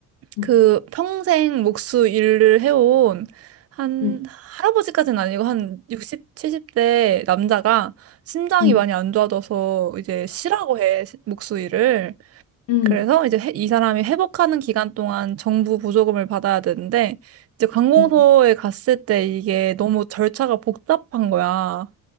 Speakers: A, on the left; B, on the right.
A: 음,
B: 그 평생 목수 일을 해온 한
A: 음,
B: 할아버지까지는 아니고 한 60, 70대 남자가 심장이
A: 음,
B: 많이 안 좋아져서 이제 쉬라고 해, 시- 목수 일을.
A: 음,
B: 그래서 이제 해- 이 사람이 회복하는 기간 동안 정부 보조금을 받아야 되는데 이제 관공서에
A: 음,
B: 갔을 때 이게 너무 절차가 복잡한 거야.